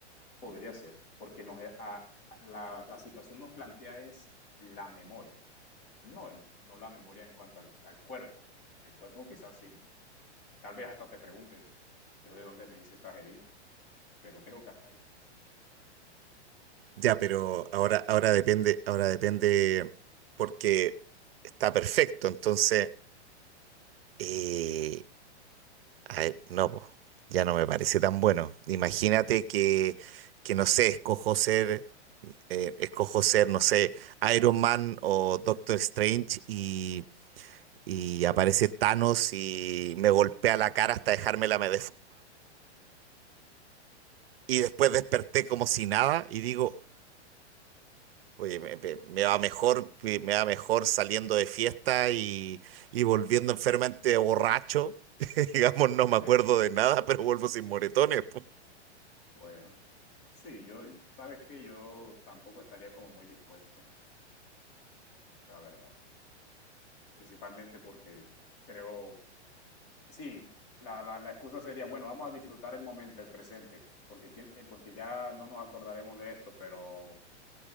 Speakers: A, on the left (about 50°); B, on the right (about 55°).
A: podría ser, porque nos, eh, a- a- la, la situación nos plantea es la memoria, no, el- no la memoria en cuanto al, al cuerpo. El cuerpo quizás sí, tal vez hasta te pregunte, yo de dónde me hice estas heridas, pero creo que hasta ahí.
B: Ya, pero ahora, ahora depende, ahora depende porque está perfecto. Entonces, eh, a ver, no, po, ya no me parece tan bueno. Imagínate que, que no sé, escojo ser, eh, escojo ser, no sé, Iron Man o Doctor Strange y, y aparece Thanos y me golpea la cara hasta dejármela me y después desperté como si nada y digo, oye, me, me- me va mejor, me me va mejor saliendo de fiesta y, y volviendo enfermamente borracho. <laughs> Digamos, no
A: <laughs>
B: me acuerdo de nada, <laughs> pero vuelvo sin moretones. po.
A: Bueno, sí, yo, sabes que yo tampoco estaría como muy dispuesto, la verdad, principalmente porque creo... sí, la, la, la excusa sería, bueno, vamos a disfrutar el momento, el presente, porque, quién- eh, porque ya no nos acordaremos de esto, pero